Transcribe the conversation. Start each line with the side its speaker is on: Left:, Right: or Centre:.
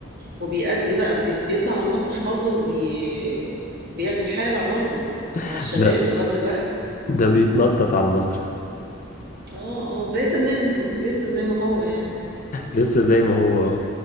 Right: وبيأدي بقى بي- بيطلع على المسرح برضه بي... بيعمل حالة برضه مع
Left: <laughs>
Right: الشباب
Left: ده
Right: لغاية دلوقتي
Left: ده بيتنطط على المسرح
Right: اه اه زي زمان لسه زي ما هو يعني
Left: لسه زي ما هو